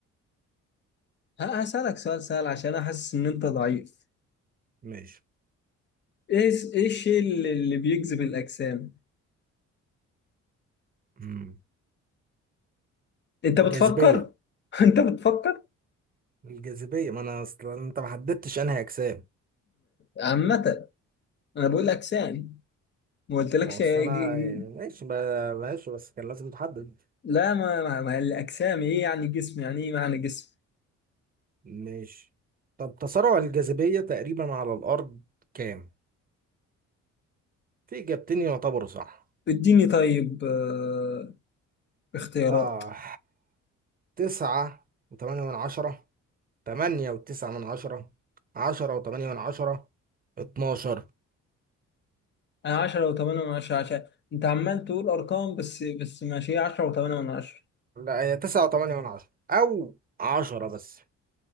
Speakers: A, on the left (about 35°); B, on the right (about 30°).
A: ه- هسألك سؤال سهل عشان انا حاسس ان انت ضعيف
B: ماشي
A: ايه الس- ايه الشيء اللي اللي بيجذب الاجسام
B: مم.
A: انت
B: الجاذبيه
A: بتفكر <laughs> انت بتفكر
B: الجاذبيه ما انا اصلا انت ما حددتش انهي اجسام
A: عامة انا بقول اجسام ما قلتلكش
B: ما هو اصل
A: ج-
B: انا
A: ج-
B: يعني ماشي بقى- ماشي بس كان لازم تحدد
A: لا ما, ما, ما الاجسام ايه يعني جسم يعني ايه معنى جسم
B: ماشي طب تسارع الجاذبية تقريبا على الأرض كام؟ في إجابتين يعتبروا صح
A: اديني طيب آه، اختيارات
B: آه تسعة وتمانية من عشرة تمانية وتسعة من عشرة عشرة وتمانية من عشرة اتناشر
A: انا 10 و8 من 10 عشان انت عمال تقول ارقام بس بس ماشي هي 10 و8 من 10
B: لا هي تسعة وتمانية من عشرة أو عشرة بس